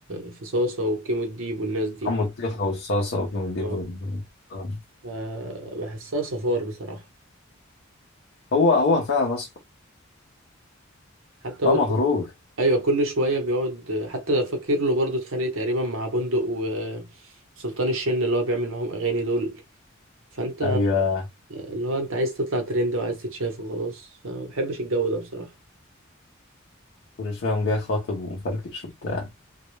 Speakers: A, on the right (about 70°); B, on the left (about 60°).
A: في صاصة وكيمو الديب والناس دي
B: عم الطيخة والصلصة والجندب
A: اه
B: وال- آه.
A: آه، بحسها صفار بصراحة
B: هو هو فعلا اصفر
A: حتى هو
B: اه
A: كل-
B: مغرور
A: ايوه كل شوية بيقعد حتى فاكر له برضه اتخانق تقريبا مع بندق و- وسلطان الشن اللي هو بيعمل معاهم اغاني دول فانت
B: ايوه
A: اللي هو انت عايز تطلع ترند وعايز تتشاف وخلاص فما بحبش الجو ده بصراحة
B: كل شوية قام جاي خاطب ومفركش وبتاع